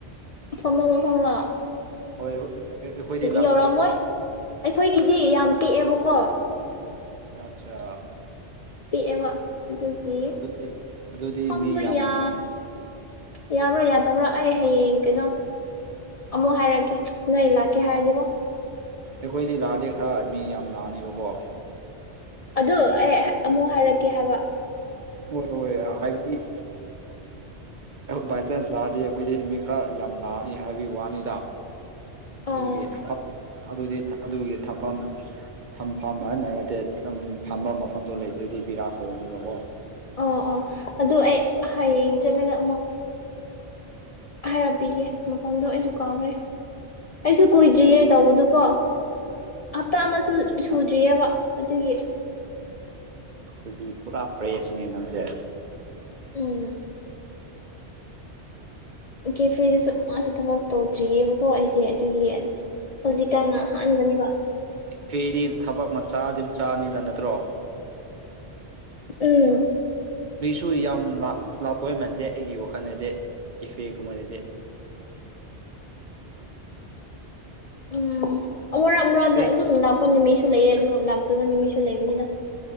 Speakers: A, on the left; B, on the right.
A: ꯐꯝꯐꯝ ꯃꯐꯝꯂꯣ
B: ꯍꯣꯏ ꯑꯩꯈꯣꯏꯗꯤ ꯂꯥꯛꯑꯗꯤ
A: ꯌꯧꯔꯛꯃꯣꯏ ꯑꯩꯈꯣꯏꯒꯤꯗꯤ ꯌꯥꯝ ꯄꯤꯛꯑꯦꯕꯀꯣ
B: ꯑꯆꯥ
A: ꯄꯤꯛꯑꯦꯕ ꯑꯗꯨꯒꯤ
B: ꯑꯗꯨꯗꯤ ꯑꯗꯨꯗꯤ
A: ꯐꯝꯕ
B: ꯃꯤ ꯌꯥꯝ
A: ꯌꯥ ꯌꯥꯕ꯭ꯔꯥ ꯌꯥꯗꯕ꯭ꯔꯥ ꯑꯩ ꯍꯌꯦꯡ ꯀꯩꯅꯣ ꯑꯃꯨꯛ ꯍꯥꯏꯔꯛꯒꯦ ꯅꯣꯏ ꯂꯥꯛꯀꯦ ꯍꯥꯏꯔꯗꯤꯒꯣ
B: ꯑꯩꯈꯣꯏꯗꯤ ꯂꯥꯛꯑꯗꯤ ꯈꯔ ꯃꯤ ꯌꯥꯝ ꯂꯥꯛꯑꯅꯦꯕꯀꯣ
A: ꯑꯗꯨ ꯑꯩ ꯑꯃꯨꯛ ꯍꯥꯏꯔꯛꯀꯦ ꯍꯥꯏꯕ
B: ꯍꯣꯏ ꯍꯣꯏ ꯍꯥꯏꯕꯗꯤ ꯕꯥꯏ ꯆꯥꯟꯁ ꯂꯥꯛꯑꯗꯤ ꯑꯩꯈꯣꯏꯗꯤ ꯃꯤ ꯈꯔ ꯌꯥꯝ ꯂꯥꯛꯑꯅꯤ ꯍꯥꯏꯕꯒꯤ ꯋꯥꯅꯤꯗ ꯑꯗꯨꯒꯤ
A: ꯑꯣ
B: ꯊꯝꯐꯝ ꯑꯗꯨꯗꯤ ꯑꯗꯨꯒꯤ ꯊꯝꯐꯝ ꯊꯝꯐꯝ ꯅꯠꯇꯦ ꯐꯝꯕꯝ ꯃꯐꯝꯗꯣ ꯂꯩꯇ꯭ꯔꯗꯤ ꯕꯤꯔꯥ ꯀꯥꯅꯦꯕꯀꯣ
A: ꯑꯣ ꯑꯣ ꯑꯗꯨ ꯑꯩ ꯍꯌꯦꯡ ꯆꯠꯂꯒ ꯑꯃꯨꯛ ꯍꯥꯏꯔꯞꯄꯤꯒꯦ ꯃꯐꯝꯗꯣ ꯑꯩꯁꯨ ꯀꯥꯎꯈ꯭ꯔꯦ ꯑꯩꯁꯨ ꯀꯨꯏꯗ꯭ꯔꯤꯌꯦ ꯇꯧꯕꯗꯨ ꯀꯣ ꯍꯞꯇꯥ ꯑꯃꯁꯨ
B: ꯑꯣ ꯑꯠꯆꯥ
A: ꯁꯨꯗ꯭ꯔꯤꯑꯦꯕ ꯑꯗꯨꯒꯤ
B: ꯑꯗꯨꯗꯤ ꯄꯨꯔꯥ ꯄ꯭ꯔꯦꯁꯅꯦ ꯅꯪꯁꯦ
A: ꯎꯝ ꯀꯦꯐꯦꯗꯁꯨ ꯃꯥꯁꯨ ꯊꯕꯛ ꯇꯧꯗ꯭ꯔꯤꯌꯦꯕꯀꯣ ꯑꯩꯁꯦ ꯑꯗꯨꯒꯤ ꯍꯧꯖꯤꯛꯀꯥꯟꯅ ꯑꯍꯥꯟꯕꯅꯦꯕ
B: ꯀꯦꯐꯦꯗꯤ ꯊꯕꯛ ꯃꯆꯥꯗꯤ ꯃꯆꯥꯅꯤꯗ ꯅꯠꯇ꯭ꯔꯣ
A: ꯎꯝ
B: ꯃꯤꯁꯨ ꯌꯥꯝ ꯂꯥꯛꯇꯧ ꯃꯥꯟꯗꯦ ꯑꯩꯒꯤ ꯋꯥꯈꯜꯗꯗꯤ ꯀꯦꯐꯦꯒꯨꯝꯕꯗꯗꯤ
A: ꯎꯝ ꯑꯃꯨꯔꯛ ꯑꯃꯨꯔꯛꯗ
B: ꯑꯩꯒꯤ
A: ꯑꯗꯨꯝ ꯂꯥꯛ ꯍꯣꯏ ꯅꯨꯃꯤꯠꯁꯨ ꯂꯩꯑꯦ ꯑꯗꯣ ꯂꯥꯛꯇꯕ ꯅꯨꯃꯤꯠꯁꯨ ꯂꯩꯕꯅꯤꯗ